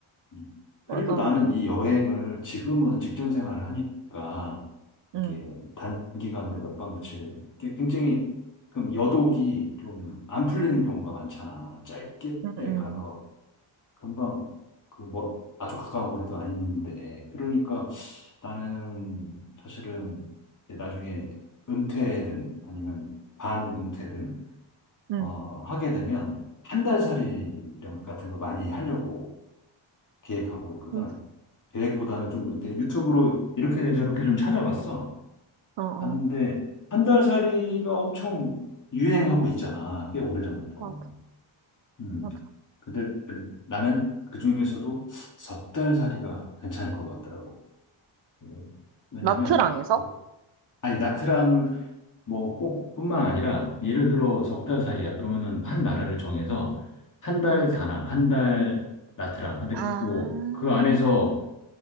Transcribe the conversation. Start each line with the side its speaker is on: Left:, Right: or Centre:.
Left: 음. 그리고
Right: 맞아,
Left: 나는
Right: 맞아.
Left: 이 여행을 지금은 직장 생활을 하니까, 이게
Right: 응,
Left: 단기간으로 몇 박 며칠, 이게 굉장히, 그럼 여독이 좀 안 풀리는 경우가 많잖아. 짧게
Right: 응, 응,
Left: 가서 금방 그 뭐 아주 가까운 거리도 아닌데 그러니까 나는 사실은 이제 나중에 은퇴든 아니면 반은퇴든
Right: 응,
Left: 어 하게 되면 한 달살이 이런 같은 거 많이 하려고 계획하고 있거든
Right: 응.
Left: 계획보다는 좀 이렇게 유튜브로 이렇게 저렇게 좀 찾아봤어
Right: 어, 어,
Left: 봤는데 한 달살이가 엄청 유행하고 있잖아 꽤 오래전부터
Right: 맞아,
Left: 음.
Right: 맞아.
Left: 근데 나는 그 중에서도 석 달 살이가 괜찮을 것 같더라고. 음, 왜냐면,
Right: 나트랑에서?
Left: 석- 아니, 나트랑 뭐 꼭뿐만 아니라, 예를 들어 석 달 살이야. 그러면은 한 나라를 정해서 한 달
Right: 어.
Left: 다낭, 한 달 나트랑. 근데
Right: 아,
Left: 뭐, 그 안에서